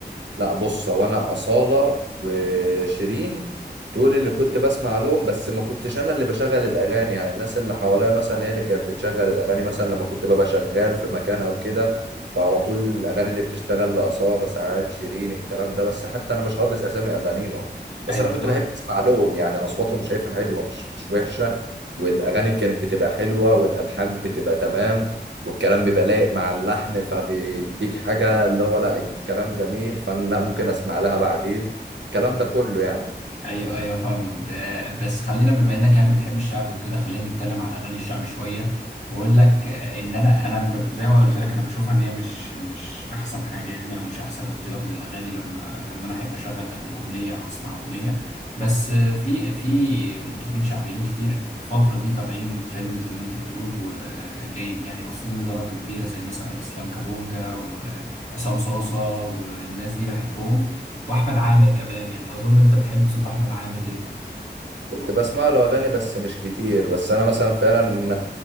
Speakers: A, on the right; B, on the left.
A: لا بص هو انا اصاله وشيرين دول اللي كنت بسمع لهم بس ما كنتش انا اللي بشغل الاغاني يعني الناس اللي حواليا مثلا هي اللي كانت بتشغل الاغاني مثلا لما كنت ببقى شغال في مكان او كده فعلى طول الاغاني اللي بتشتغل لاصاله ساعات شيرين الكلام ده بس حتى انا مش حافظ اسامي اغانيهم بس
B: أيوه
A: انا
B: لا
A: كنت بحب اسمع لهم يعني اصواتهم شايفها حلوه مش مش وحشه والاغاني كانت بتبقى حلوه والالحان بتبقى تمام والكلام بيبقى لايق مع اللحن فبيديك حاجة اللي هو لا الكلام جميل فأنا لا ممكن أسمع لها بعدين الكلام ده كله يعني
B: ايوه ايوه فاهمك ب- بس خلينا بما انك يعني بتحب الشعبي وكده خلينا نتكلم على الاغاني الشعبي شويه واقول لك آه، ان انا انا ب- زي ما قلت لك انا بشوفها ان هي مش مش احسن حاجه يعني او مش احسن اختيار للاغاني لما لما انا احب اشغل أغ- اغنيه او اسمع اغنيه بس آه، في في مطربين شعبيين كتير الفتره دي طالعين ترند زي ما انت بتقول وجاي يعني واصلين لدرجه كبيره زي مثلا اسلام كابونجا وعصام صاصه والناس دي بحبهم واحمد عامر كمان يعني اظن انت بتحب صوت احمد عامر جدا
A: كنت بسمع له أغاني بس مش كتير بس أنا مثلا فعلا